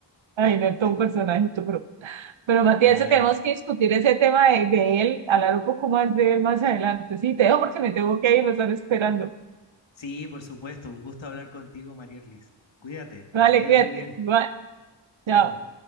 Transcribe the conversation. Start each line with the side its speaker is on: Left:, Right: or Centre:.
Right: ay, no, todo
Left: Eh,
Right: un personajito, pero, pero Matías,
Left: Claro.
Right: eso tenemos que discutir ese tema de, de él, hablar un poco más de él más adelante. Sí, te dejo porque me tengo que ir, me están esperando.
Left: Sí, por supuesto, un gusto hablar contigo, María Erlis. Cuídate,
Right: Vale,
Left: que te vaya
Right: cuídate.
Left: muy bien.
Right: Igual, chao.
Left: Chao.